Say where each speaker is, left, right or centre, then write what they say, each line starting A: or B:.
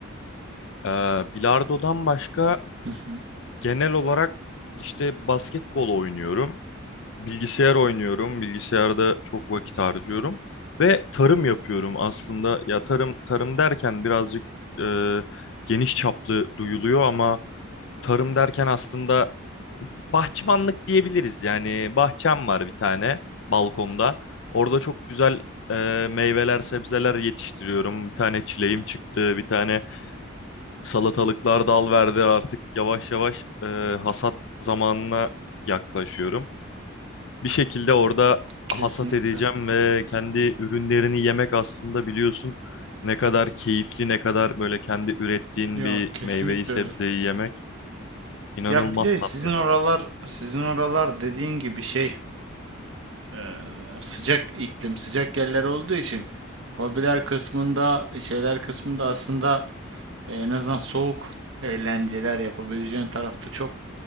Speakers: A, on the left (about 60°); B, on the right (about 65°).
A: Ee, bilardo'dan başka
B: Hı hı,
A: genel olarak işte basketbol oynuyorum. Bilgisayar oynuyorum. Bilgisayarda çok vakit harcıyorum. Ve tarım yapıyorum aslında. Ya tarım tarım derken birazcık e, geniş çaplı duyuluyor ama Tarım derken aslında bahçıvanlık diyebiliriz. Yani bahçem var bir tane balkonda. Orada çok güzel e, meyveler, sebzeler yetiştiriyorum. Bir tane çileğim çıktı, bir tane salatalıklar dal verdi. Artık yavaş yavaş e, hasat zamanına yaklaşıyorum. Bir şekilde orada
B: kesinlikle.
A: hasat edeceğim ve kendi ürünlerini yemek aslında biliyorsun ne kadar keyifli, ne kadar böyle kendi ürettiğin
B: Ya
A: bir
B: kesinlikle
A: meyveyi, sebzeyi
B: öyle.
A: yemek inanılmaz
B: Ya bir de
A: tatlı.
B: sizin oralar, sizin oralar dediğin gibi şey eee, sıcak iklim, sıcak yerler olduğu için hobiler kısmında, şeyler kısmında aslında e, en azından soğuk eğlenceler yapabileceğin tarafta çok